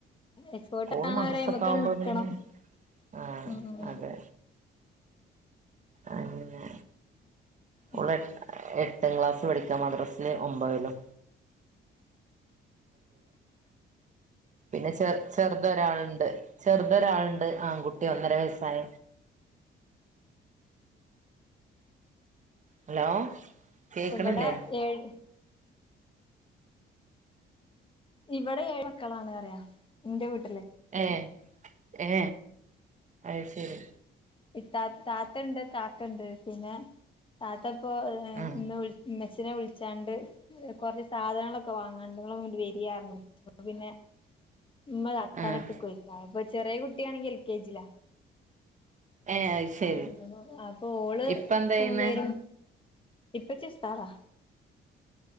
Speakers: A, on the left; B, on the right.
A: എക്സ്പേർട്ട്
B: സ്കൂൾ
A: ആവണവരെ
B: മദ്രസക്കെ
A: അയ്മക്കങ്ങട്
B: ആവുമ്പോ
A: നിക്കണം
B: പിന്നെ ആഹ
A: ഉം ഉം
B: അതെ അങ്ങനെ
A: ഉം
B: ഓള് പത്താം ക്ലാസ് പഠിക്കാം മദ്രാസിൽ ഒമ്പതിലും പിന്നെ ചെർ ചെറുതൊരാളുണ്ട് ചെറുതൊ ഒരാളുണ്ട് ആൺകുട്ടി ഒന്നര വയസ്സായ ഹലോ കേക്കണില്ലേ
A: ഇവിടെ ഏഴ് ഇവിടെ ഏഴ് മക്കളാണ് പറ്യ എന്റെ വീട്ട
B: ഏ ഏ അഹ് ശരി
A: ഈ താത്തണ്ട് കാക്കണ്ട് പിന്നെ താത്തപ്പോ
B: ആഹ്
A: ഇന്ന് വിൾ ഇമ ഛിനെ വിളിച്ചാണ്ട് കൊറ സാധനങ്ങളൊക്കെ വാങ്ങാണ്ട് ങ്ങള് ങ്ങട്ട് വെരി അർഞ്ഞ് അപ്പോ പിന്നെ ഉമ്മത് അത്താനടുത്ത്‌ക്ക്
B: ആഹ്
A: പൊയ് ക്യ അപ്പൊ ചെറിയ കുട്ടിയാണെങ്കി എൽ കെ ജിലാ
B: ഏഹ് അത് ശരി
A: ആ അപ്പൊ ഓള്
B: ഇപ്പ എന്താ ചെയ്യുന്നേ
A: വരും ഇപ്പച്ചി ഉസ്തദാ